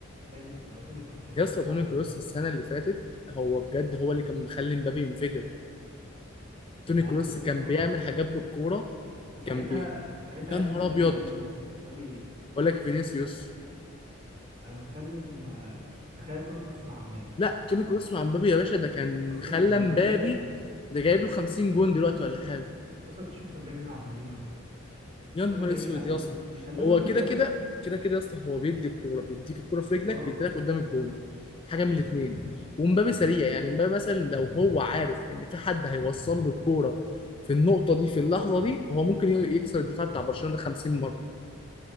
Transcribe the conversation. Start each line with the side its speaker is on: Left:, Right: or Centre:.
Right: فاهم لو توني كروس ما كانش
Left: يا اسطى
Right: لسه
Left: توني
Right: اعتزل
Left: كروس السنه اللي فاتت هو بجد هو اللي كان مخلي مبابي ينفجر توني
Right: انت عارف
Left: كروس
Right: يا اسطى
Left: كان بيعمل حاجات بالكوره
Right: وساعتها
Left: كان بي
Right: ساعتها
Left: يا
Right: يا
Left: نهار
Right: ابني مبابي
Left: ابيض
Right: ايه يا ابني مبابي ايه
Left: بقول لك فينيسيوس
Right: انا بتكلم آه، تخيل توني كروس مع مبابي
Left: لا توني كروس مع مبابي يا باشا ده كان
Right: اقسم
Left: خلى
Right: بالله
Left: مبابي ده جايب له 50 جون دلوقتي ولا حاجه
Right: يا اسطى انت شفت كان بيعمل ايه مع بنزيما يا اسطى
Left: يا
Right: شفت
Left: نهار
Right: كان بيعمل
Left: اسود
Right: ايه مع فينيسيوس
Left: يا اسطى
Right: بيخليهم
Left: هو
Right: يجيبوا
Left: كده
Right: جوان
Left: كده
Right: ما-
Left: كده كده يا اسطى هو بيدي الكوره بيديك الكوره في رجلك
Right: اه
Left: بيديلك قدام الجون حاجه من الاثنين ومبابي سريع يعني مبابي مثلا لو هو عارف ان في حد هيوصل له الكوره في النقطه دي في اللحظه دي هو ممكن ي- يكسر الدفاع بتاع برشلونه ده 50 مره